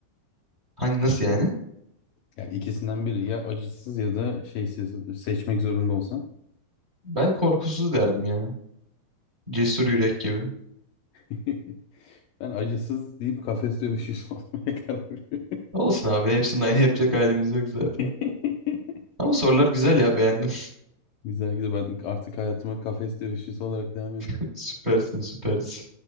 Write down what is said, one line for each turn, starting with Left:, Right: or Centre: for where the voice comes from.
Right: Hani nasıl yani?
Left: ya ikisinden biri ya acısız ya da şeysiz seçmek zorunda olsan.
Right: Ben korkusuz derdim ya. Cesur yürek gibi.
Left: <laughs> Ben acısız deyip kafes dövüşçüsü <laughs> olmaya karar verdim.
Right: Olsun abi hepsinin aynı yapacak halimiz yok zaten.
Left: <laughs>
Right: Ama sorular güzel ya beğendim.
Left: Güzel güzel ben artık hayatıma kafes dövüşçüsü olarak devam ediyorum.
Right: <laughs> Süpersin süpersin.